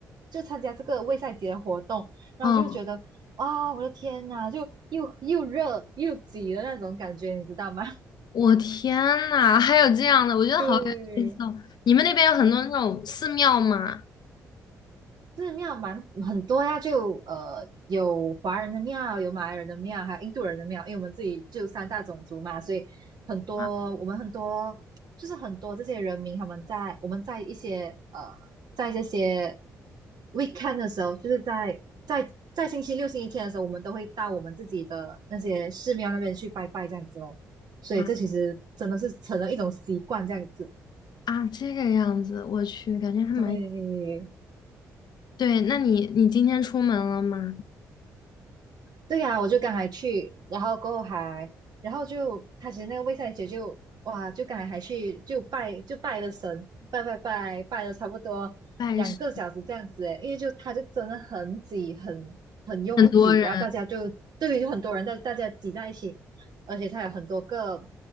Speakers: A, on the right (about 55°); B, on the left (about 55°).
A: 就参加这个卫赛节的活动，然后就觉得哇，
B: 嗯。
A: 我的天呐，就又又热又挤的那种感觉，你知道吗？
B: 我天呐，还有这样的，我觉得好有意思哦！
A: <laughs> 对，
B: 你们那边有很多那种寺庙吗？
A: 寺庙蛮很多呀，就呃有华人的庙，有马来人的庙，还有印度人的庙，因为我们自己就三大种族嘛，所以很多我们很多就是很多这些人民他们在我们在一些呃
B: 啊
A: 在这些 weekend 的时候，就是在在在星期六、星期天的时候，我们都会到我们自己的那些寺庙那边去拜拜这样子哦，所以这其实真的是成了一种习惯这样子，
B: 啊啊，这个样子，我去，感觉还蛮……
A: 对。
B: 对，那你你今天出门了吗？
A: 对呀、我就刚才去，然后过后还，然后就他其实那个魏赛姐就哇，就刚才还去就拜就拜了神，拜拜拜拜了差不多两个小时这样子诶，
B: 拜师，
A: 因为就他就真的很挤，很很拥挤，
B: 很多人，
A: 然后大家就对于很多人在大家挤在一起，而且它有很多个